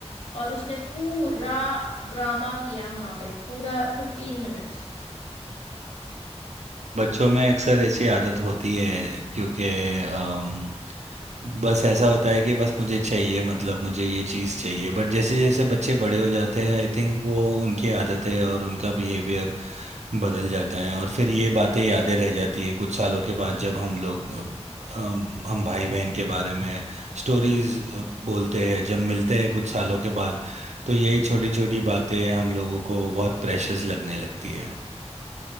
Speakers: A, on the left; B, on the right.
A: और उसने पूरा ड्रामा किया वहां पे पूरा फिफ्टीन मिनट्स
B: बच्चों में अक्सर ऐसी आदत होती है क्योंकि अम, बस ऐसा होता है कि बस मुझे चाहिए मतलब मुझे ये चीज़ चाहिए बट जैसे जैसे बच्चे बड़े हो जाते हैं आई थिंक वो उनकी आदतें और उनका बिहेवियर बदल जाता है और फिर ये बातें यादें रह जाती है कुछ सालों के बाद जब हम लोग अ, अम, हम भाई बहन के बारे में स्टोरीज बोलते हैं जब मिलते हैं कुछ सालों के बाद तो यही छोटी छोटी बातें हम लोगों को बहुत प्रेशियस लगने लगती है